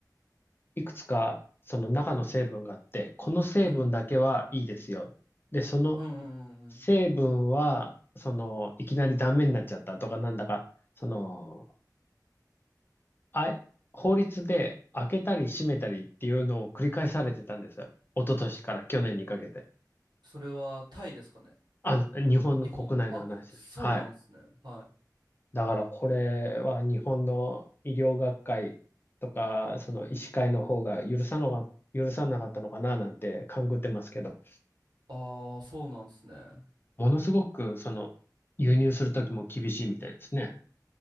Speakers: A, on the left; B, on the right.
A: いくつか、その中の成分があって、この成分だけはいいですよ。
B: うんうん。
A: で、その
B: うんうんうんうん。
A: 成分は、その、いきなりダメになっちゃったとか、なんだか、その、あ、法律で開けたり閉めたりっていうのを繰り返されてたんですよ。一昨年から去年にかけて。
B: それはタイですかね。
A: あの、日本の国内の話です。
B: 日本。あ、そうなんですね。
A: はい。
B: はい。
A: だからこれは日本の医療学会とか、その医師会の方が許さのが、許さなかったのかななんて勘ぐってますけど、
B: ああ、そうなんですね。
A: ものすごくその輸入するときも厳しいみたいですね。